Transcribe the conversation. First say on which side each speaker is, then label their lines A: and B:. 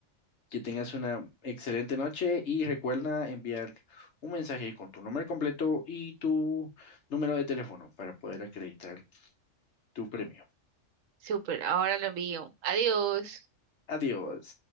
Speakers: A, on the left; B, on the right.
A: Que tengas una excelente noche y recuerda enviar un mensaje con tu nombre completo y tu número de teléfono para poder acreditar tu premio.
B: Super, ahora lo envío. Adiós.
A: Adiós.